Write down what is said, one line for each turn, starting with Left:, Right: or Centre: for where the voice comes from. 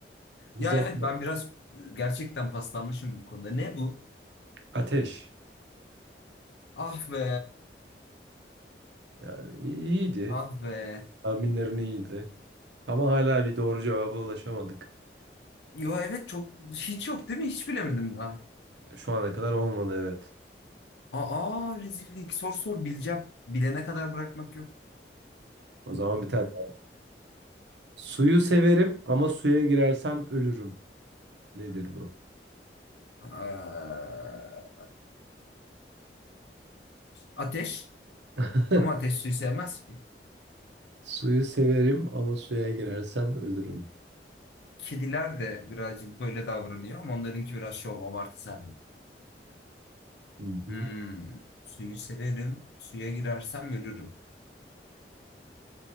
Right: Biz
Left: Ya
Right: orada
Left: evet ben biraz gerçekten paslanmışım bu konuda. Ne bu?
Right: ateş.
Left: Ah be.
Right: Yani i- iyiydi.
Left: Ah be.
Right: Tahminlerin iyiydi. Ama hala bir doğru cevaba ulaşamadık.
Left: Yo evet çok hiç yok değil mi? Hiç bilemedim daha.
Right: Şu ana kadar olmadı evet.
Left: Aa, rezillik. Sor sor bileceğim. Bilene kadar bırakmak yok.
Right: O zaman bir tane daha. Suyu severim ama suya girersem ölürüm. Nedir bu?
Left: Aa, ateş.
Right: <laughs>
Left: Ama ateş suyu sevmez ki.
Right: Suyu severim ama suya girersem ölürüm.
Left: Kediler de birazcık böyle davranıyor ama onlarınki biraz şov abartı sahibi.
Right: Hı hı.
Left: Hmm. Suyu severim. Suya girersem ölürüm.